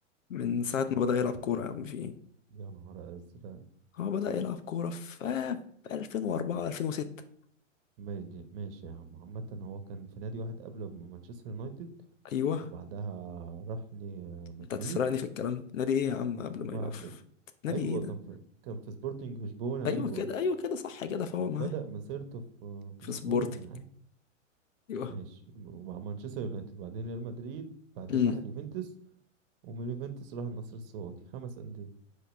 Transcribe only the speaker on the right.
يا نهار أزرق
ماشي ماشي يا عم عامة هو كان في نادي واحد قبل مانشستر يونايتد
وبعدها راح لمدريد
وبعد
ايوه
كان في كان في سبورتنج لشبونه
ايوه
بدأ مسيرته في
في لشبونه
وانا عارف
ماشي ومع مانشستر يونايتد بعدين ريال مدريد بعدين
راح اليوفنتوس ومن اليوفنتوس راح النصر السعودي خمس أندية